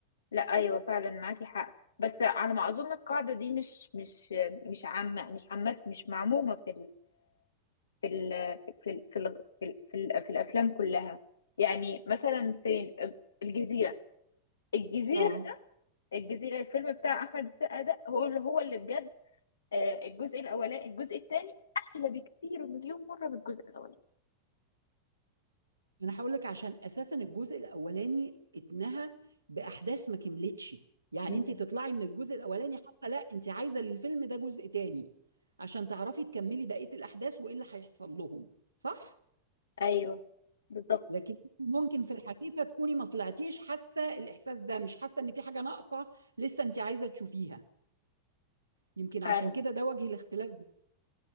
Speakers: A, on the left (about 65°); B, on the right (about 80°).
A: لا أيوه فعلا معاكي حق بس على ما أظن القاعدة دي مش مش مش عامة مش عامة مش معمومة في في ال في في في ال في, ال في, ال في الافلام كلها يعني مثلا فين الجزيره الجزيره
B: اه
A: ده الجزيره الفيلم بتاع احمد السقا ده هو اللي هو اللي بجد آه، الجزء الاولاني الجزء الثاني احلى بكتير مليون مره من الجزء الاولاني
B: انا هقول لك عشان اساسا الجزء الاولاني اتنهى باحداث ما كملتش يعني
A: مم.
B: انت تطلعي من الجزء الاولاني حتى لا انت عايزة للفيلم ده جزء تاني عشان تعرفي تكملي بقية الاحداث وايه اللي هيحصل لهم صح؟
A: ايوه بالظبط
B: لكن ممكن في الحقيقة تكوني ما طلعتيش حاسة الاحساس ده مش حاسة ان في حاجة ناقصة لسه انت عايزة تشوفيها يمكن
A: فعلا
B: عشان كده ده وجه الاختلاف بي-